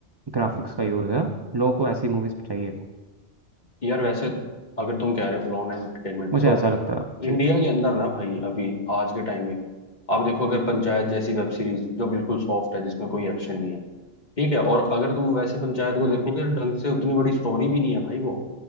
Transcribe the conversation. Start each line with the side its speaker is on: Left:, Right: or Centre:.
Right: ग्राफिक्स का यूज़ है लोगों को ऐसी मूवीज़ चाहिए
Left: यार वैसे अगर तुम कह रहे हो फ्लॉन एंटरटेनमेंट
Right: मुझे
Left: तो
Right: ऐसा लगता है
Left: इंडिया
Right: जी
Left: के अंदर ना भाई अभी आज के टाइम में आप देखो अगर पंचायत जैसी वेब सीरीज जो बिल्कुल सॉफ्ट है जिसमें कोई एक्शन नहीं है ठीक है और अगर तुम वैसे पंचायत को
Right: हम्म
Left: देखोगे ढंग से उतनी बड़ी स्टोरी भी नहीं है भाई वो